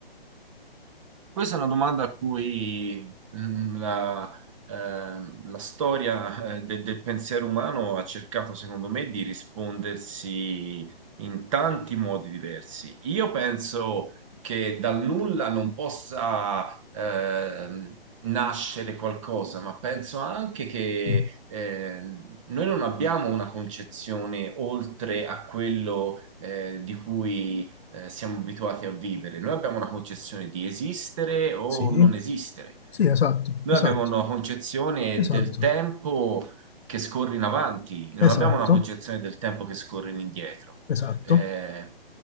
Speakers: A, on the right; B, on the left.
A: Questa è una domanda a cui mm, la, ehm, la storia eh, de- del pensiero umano ha cercato, secondo me, di rispondersi in tanti modi diversi. Io penso che dal nulla non possa ehm, nascere qualcosa, ma penso anche che
B: Mm.
A: ehm, noi non abbiamo una concezione oltre a quello eh, di cui eh, siamo abituati a vivere. Noi abbiamo una concezione di esistere o
B: Sì,
A: non esistere.
B: sì, esatto,
A: Noi
B: esatto,
A: abbiamo una concezione
B: esatto,
A: del tempo che scorre in avanti, non
B: esatto,
A: abbiamo una concezione del tempo che scorre in indietro.
B: esatto.
A: Eh,